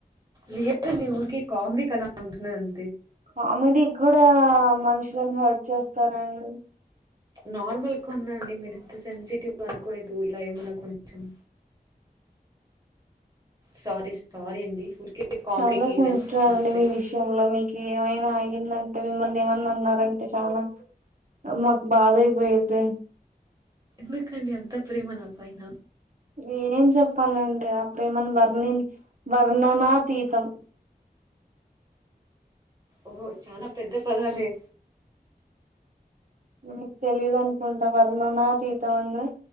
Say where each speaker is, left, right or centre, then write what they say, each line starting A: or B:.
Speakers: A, on the right (about 25°); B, on the right (about 50°).
A: లేదండి ఊరికే కామెడీకి అలా అంటున్నా ఆన్
B: కామెడీ కూడా ఆ మనుషులను హర్ట్ చేస్తారా అండి
A: నార్మల్ కొన్న అండి మీరు ఇంత సెన్సిటివ్ అనుకోలేదు ఇలా ఏమన్నా కొంచెం సారీ సారీ అండి ఊరికే కామెడీకి
B: చాలా సెన్సిటివ్
A: జస్ట్
B: అండి
A: అంతే.
B: మీ విషయంలో మీకు ఏమైనా అయ్యిందన్ టే మిమ్మల్ని ఏమన్నా అన్నారంటే చాలా మాకు బాధ అయిపోయింది
A: ఎందుకండీ అంత ప్రేమ నాపైన
B: నేనేం చెప్పాలండి ఆ ప్రేమను వర్ణి వర్ణనాతీతం
A: ఓ చనా పెద్ద పదదే
B: మీకు తెలీదు అన్కుంటా వర్ణనాతీతం అంద్ర